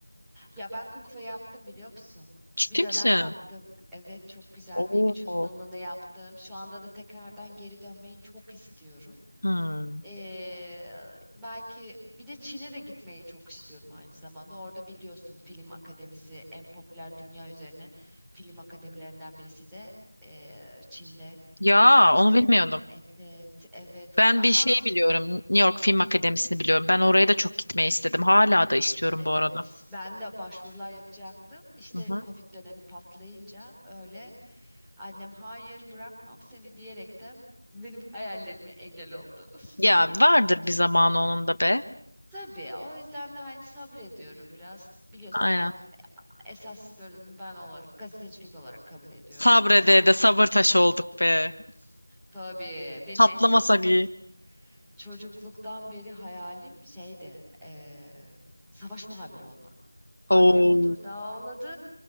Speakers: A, in the centre; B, on the left (about 85°).
A: Ya ben Kung Fu yaptım biliyor musun?
B: Ciddi
A: Bir dönem
B: misin?
A: yaptım. Evet çok güzel.
B: Oo.
A: Wing Chun dalını yaptım. Şu anda da tekrardan geri dönmeyi çok istiyorum.
B: Hmm.
A: Ee, belki bir de Çin'e de gitmeyi çok istiyorum aynı zamanda. Orada biliyorsun film akademisi en popüler dünya üzerine film akademilerinden birisi de ee, Çin'de.
B: Ya
A: İşte
B: onu bilmiyordum.
A: evet evet
B: Ben
A: ama
B: bir şey biliyorum. New York Film Akademisi'ni biliyorum. Ben oraya da çok gitmeyi istedim. Hala da istiyorum
A: Evet,
B: bu arada.
A: ben de başvurular yapacaktım. İşte
B: Hı hı.
A: Covid dönemi patlayınca öyle annem hayır bırakmam seni diyerek de <laughs> benim hayallerime engel oldu.
B: Ya
A: <laughs>
B: vardır bir zamanı onun da be.
A: Tabii o yüzden de hani sabrediyorum biraz. Biliyorsun
B: Aynen.
A: ben esas bölümü ben olarak gazetecilik olarak kabul ediyorum.
B: Sabrede
A: Lisansım.
B: de sabır taşı olduk be.
A: Tabii benim
B: Patlamasak
A: en büyük çocukluk
B: iyi.
A: Çocukluktan beri hayalim şeydi, eee, savaş muhabiri olmak.
B: Oo.
A: Annem oturdu ağladı.